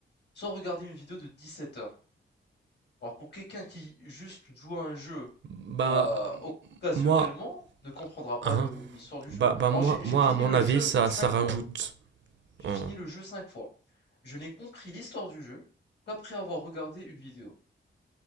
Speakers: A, on the left; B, on the right.
A: soit regarder une vidéo de 17 heures. Alors pour quelqu'un qui juste joue à un jeu
B: Bah
A: heu, occasionnellement,
B: moi,
A: ne comprendra pas
B: hein,
A: le l'histoire du
B: bah
A: jeu.
B: bah moi
A: Alors j'ai
B: moi
A: j'ai fini
B: à mon
A: le
B: avis
A: jeu
B: ça
A: 5
B: ça rajoute.
A: fois, j'ai
B: hein,
A: fini le jeu 5 fois. Je n'ai compris l'histoire du jeu qu'après avoir regardé une vidéo.